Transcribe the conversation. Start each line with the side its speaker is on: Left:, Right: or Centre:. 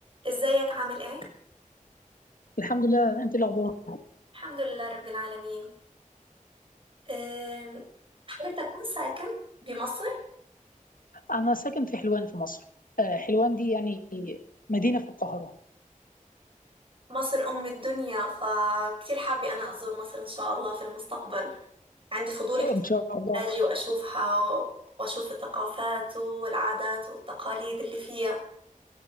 Right: ازيك عامل ايه؟
Left: الحمد لله انت إيه الاخبار
Right: الحمد لله رب العالمين أم، حضرتك وين ساكن؟ بمصر؟
Left: انا ساكن في حلوان في مصر آه، حلوان دي يعني مدينه في القاهره
Right: مصر أم الدنيا فكتير حابة أنا أزور مصر إن شاء الله في المستقبل عندي فضول كتير
Left: ان شاء الله
Right: أجي وأشوفها وأشوف الثقافات والعادات والتقاليد اللي فيها